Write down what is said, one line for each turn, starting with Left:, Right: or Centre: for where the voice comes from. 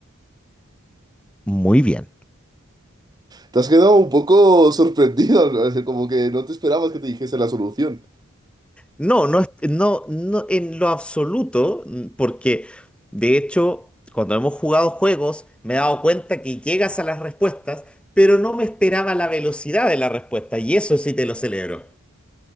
Centre: muy bien.
Right: Te has quedado un poco sorprendido, ¿no? como que no te esperabas que te dijese la solución.
Centre: No, no, es- no, no en lo absoluto, mm, porque de hecho, cuando hemos jugado juegos, me he dado cuenta que llegas a las respuestas, pero no me esperaba la velocidad de la respuesta, y eso sí te lo celebro.